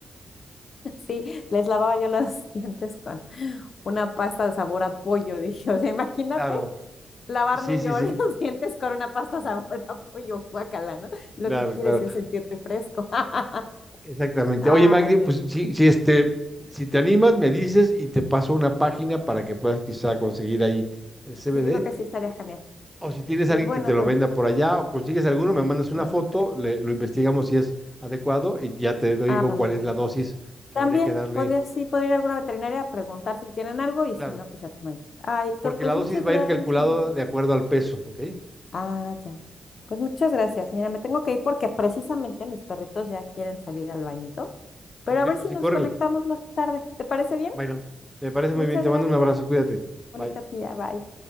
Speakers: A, on the left; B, in the centre.
A: sí, les lavaba yo los <laughs> dientes con una pasta de sabor a pollo, dije, o sea, imagínate
B: Claro,
A: lavarme
B: sí, sí,
A: yo
B: sí,
A: <laughs> los dientes con una pasta sabor a pollo, guacala, ¿no? Lo
B: claro,
A: que quieres
B: claro.
A: es sentirte fresco. <laughs>
B: Exactamente.
A: Ay,
B: Oye, Magdi, pues
A: eh,
B: si, si este, si te animas, me dices y te paso una página para que puedas quizá conseguir ahí el CBD.
A: sí, yo creo que sí estaría genial.
B: O si tienes
A: Y
B: alguien
A: bueno,
B: que te
A: pues
B: lo venda por allá, o consigues alguno, me mandas una
A: no,
B: foto,
A: no creo.
B: le- lo investigamos si es adecuado y ya te digo
A: Ah, vale.
B: cuál es la dosis que
A: También
B: habría que darle.
A: podría, sí, podría ir a alguna veterinaria a preguntar si tienen algo y
B: Claro,
A: si no, pues ya tomaré. Ay, Héctor,
B: porque
A: pues
B: la
A: muchas
B: dosis
A: gracias.
B: va a ir calculada de acuerdo al peso, ¿ok?
A: Ah, ya. Pues muchas gracias. Mira, me tengo que ir porque precisamente mis perritos ya quieren salir al bañito, pero
B: Perfecto,
A: a ver si
B: sí,
A: nos
B: córrele.
A: conectamos más tarde. ¿Te parece bien?
B: Bueno, me parece muy
A: Muchas
B: bien. Te
A: gracias.
B: mando un abrazo, cuídate.
A: Bonita
B: Bye.
A: tía. Bye.